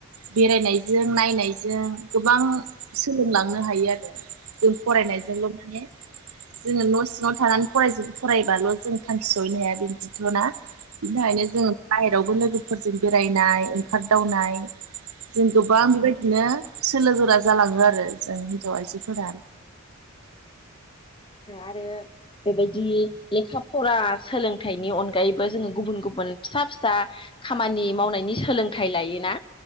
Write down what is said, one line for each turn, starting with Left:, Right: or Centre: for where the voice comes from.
Right: बेरायनायजों नायनायजों गोबां सोलोंलांनो हायो आरो जों फरायनायजोंल' माने जोङो न' सिङाव थानानै फराय फरायबाल' जों थांखि सहैनो हाया बिदिथ' ना बिनिखायनो जोङो जेरावबो लोगोफोरजों बेरायनाय ओंखारदावनाय जों गोबां बेबायदिनो सोलो गोरा जालाङो आरो जों हिन्जाव आइजोफोर
Left: आरो बेबायदि लेखा फरा सोलोंथाइनि अनगायैबो जोङो गुबुन गुबुन फिसा फिसा खामानि मावनायनि सोलोंथाइ लायोना